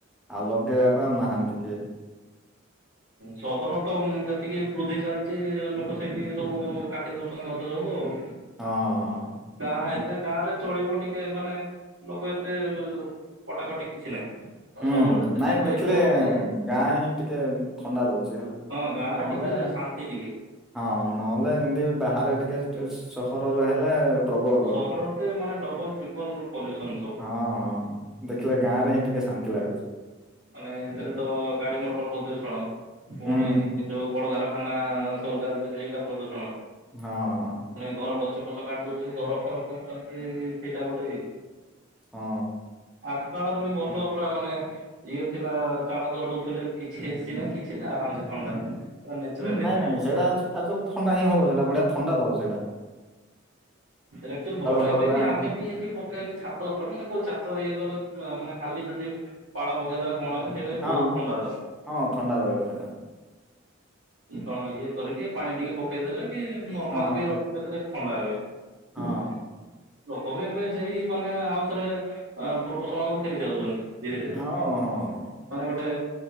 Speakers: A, in the centre; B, on the right.
A: ଆଉ ଲଗେଇବାକୁ ଆଉ ନାହାନ୍ତି କିଏ
B: ସହରତ ଯେତିକି ବୃଦ୍ଧି ଚାଲିଛି ଲୋକ ସେଇଠି ସବୁ କାଟି ଦଉଛନ୍ତି ଗଛ ସବୁ ଆଉ
A: ହଁ ହଁ।
B: ଯାହା ହେଲେ ଗାଁରେ ଚଳିବ ଟିକେ ମାନେ ଲୋକ ଏତେ କଟାକଟି କିଛି ନାହିଁ। ଆଉ
A: ହୁଁ
B: ସହର ଯେତେ
A: ନାଇଁ
B: ବିକଶିତ
A: ଦେଖିଲେ
B: ହଉଛି
A: ଗାଁ ହିଁ ଟିକେ ଥଣ୍ଡା ରହୁଛି ହେଲା।
B: ହଁ ଗାଁରେ
A: ନହେଲେ
B: ଟିକେ ଶାନ୍ତି ଟିକେ
A: ହଁ ନହେଲେ ଏମିତି ବାହାରେ ଟିକେ ସହରରେ ହେଲେ ପ୍ରବଳ ଗରମ
B: ସହରରେ ତ ମାନେ ଡବଲ ଟ୍ରିପଲ ପଲ୍ୟୁସନ ସବୁ
A: ହଁ ହଁ ଦେଖିଲେ ଗାଁରେ ହିଁ ଟିକେ ଶାନ୍ତି ଲାଗୁଛି।
B: ମାନେ ଏକରେ ତ ଗାଡି ମଟର ପ୍ରଦୂଷଣ ପୁଣି
A: ହୁଁ
B: ଯୋଉ କଳକାରଖାନା ସବୁ ଚାଲଛି ସେଇଟା ପ୍ରଦୂଷଣ
A: ହଁ ହଁ
B: ମେ କଣ ଗଛ ଫଛ କାଟିି ଦଉଛ ଘର ଫର କରୁଛନ୍ତି ସେଇଟା ଗୋଟେ ଇଏ
A: ହଁ।
B: ଆଗ କାଳରେବି ଭଲ ପୁରା ମାନେ ଇଏ ଥିଲା ଚାଳଘର ରହୁଥିଲେ, କିଛିଏସି ନାହିଁ କିଛି ନାହିଁ ଆରାମସେ ଥଣ୍ଡା ପୁରା ନେଚୁରାଲ
A: ହୁଁ ନାଇଁ
B: ଏସି
A: ନାଇଁ ସେଇଡା ଆଦୋଉଁ ଥଣ୍ଡା ହିଁ ହଉନଥିଲା, ବଢିଆ ଥଣ୍ଡା ଦବ ସେଇଡା
B: ଆକ୍ଲୂଆଲି ଭଲ
A: ଘର
B: ଏବେବି
A: ଟା
B: ଆମେ ବି ଏଠି ପକେଇଲେ ଛାତ ଉପରେ ମାନେ କୋଉ ଛାତ ଇଏ କଲ ମାନେ ଖାଲି ଯଦି ପାଳ ପକେଇଦବା ଛଣ ହେଲେ ସେଇଟା ବି
A: ହଁ
B: ବହୁତ ଥଣ୍ଡା ଦବ
A: ହଁ ଥଣ୍ଡା ରହିବ ସେଇଟା
B: ଛଣ ଇଏ କରିକି ପାଣି ଟିକେ ପକେଇଦେଲେ ନର୍ମାଲବି
A: ହଁ
B: ରଖିଦେଲେ ଥଣ୍ଡା ରହିବ।
A: ହଁ
B: ଲୋକବି ଏବେ ସେଇ ମାନେ ଆଉଥରେ ପୂର୍ବ ସମୟକୁ ଫେରି ଯାଉଛନ୍ତି ଧୀରେ ଧୀରେ
A: ହଁ ହଁ।
B: ମାନେ ଗୋଟେ